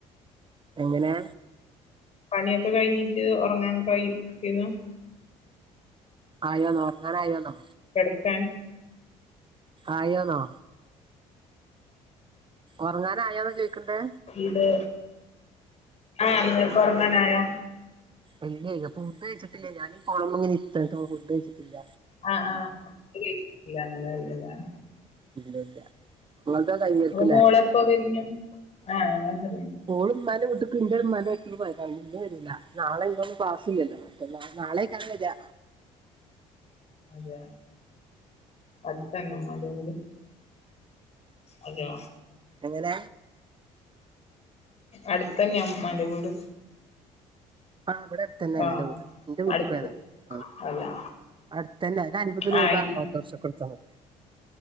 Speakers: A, on the right (about 30°); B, on the left (about 45°).
A: എങ്ങനെ
B: പണിയൊക്കെ കഴിഞ്ഞിട്ട് ഉറങ്ങാൻ <unintelligible>
A: ആയോന്നോ ഉറങ്ങനയൊന്നോ
B: കിടക്കാൻ
A: ആയോന്നോ ഒറങ്ങാനയോന്നോ ചോദിക്കണ്ടേ
B: ഇത് ആഹ് ഒറങ്ങാനായോ
A: അല്ലേ അപ്പ ഫുഡ് കഴിച്ചിട്ടില്ല ഞാനീ ഫോണെന്മേ ഇങ്ങനെ ഇരുതെയാട്ടോ ഫുഡ് കഴിച്ചിട്ടില്ല
B: ആഹ് ആഹ് <unintelligible> ആഹ്
A: ഇല്ല ഇല്ല നിങ്ങളത് കഴിഞ്ഞേൽക്കില്ലേ
B: അപ്പോ മോള് <unintelligible>
A: ഓള് ഉമ്മന്റെ വീട്ടിക്ക്‌ ഇന്റെ ഉമ്മാന്റെ വീട്ടിൽ പോയേക്ക ഇന്ന് വരുല്ല നാളെ <unintelligible> പാസ്സില്ലല്ലോ അപ്പ നാളെ <unintelligible> വരാ
B: അതെയ അടുത്തന്നെ ഉമ്മാന്റെ വീട് അതെ
A: എങ്ങന
B: അടുത്തന്നെയ ഉമ്മാന്റെ വീട്
A: ആഹ് ഇവിടെ അടുത്ത്ന്നെയാണ്
B: ആ
A: ഇന്റെ വീട് എന്റെ വീട്ട
B: അടുത്ത്
A: പോയതാണ് ആ
B: അതെ
A: അടുത്തന്നെ ഒര് അൻപത് രൂപ
B: ആയി
A: ഓട്ടോറിക്ഷ കൊടുത്തമതി